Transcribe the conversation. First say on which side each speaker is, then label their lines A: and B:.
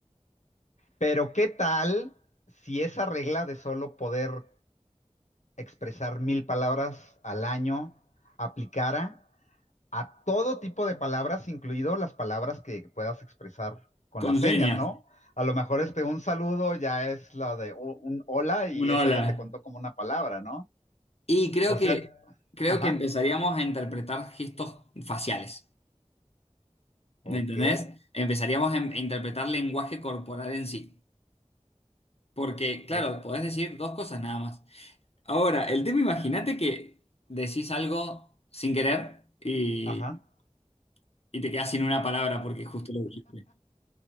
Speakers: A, on the left; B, on the left.
A: Pero ¿qué tal si esa regla de solo poder expresar mil palabras al año aplicara a todo tipo de palabras, incluido las palabras que puedas expresar con
B: Con
A: las señas,
B: señas,
A: ¿no? A lo mejor este un saludo ya es la de o- un hola y
B: un hola.
A: esa ya te contó como una palabra, ¿no?
B: Y creo
A: O
B: que,
A: sea,
B: creo
A: ajá,
B: que empezaríamos a interpretar gestos faciales,
A: ok,
B: ¿me entendés? Empezaríamos a, em, a interpretar lenguaje corporal en sí, porque claro,
A: o-
B: podés decir dos cosas nada más. Ahora, el tema, imagínate que decís algo sin querer y,
A: ajá.
B: y te quedás sin una palabra porque justo lo dijiste.